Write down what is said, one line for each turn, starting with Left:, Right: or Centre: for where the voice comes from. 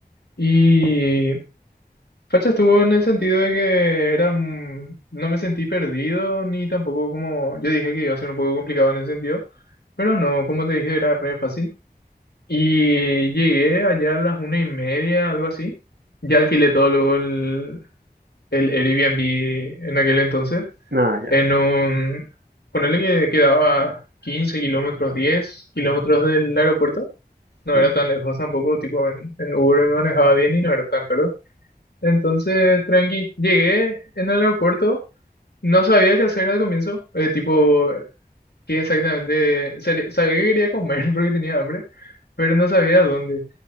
Left: Y Facha estuvo en el sentido de que era, mm, no me sentí perdido ni tampoco como, yo dije que iba a ser un poco complicado en ese sentido, pero no, como te dije, era re fácil. Y llegué allá a las una y media, algo así. Ya alquilé todo luego el, el Airbnb en aquel entonces,
Right: Nada, ah, ya.
Left: en un, ponele que quedaba 15 kilómetros, 10 kilómetros del aeropuerto. No
Right: Sí.
Left: era tan lejos tampoco, tipo en, en Uber me manejaba bien y no era tan caro. Entonces, tranqui, llegué en el aeropuerto, no sabía qué hacer al comienzo, eh, tipo, qué exactamente, sare- sabía que quería comer <laughs> porque tenía hambre, pero no sabía dónde.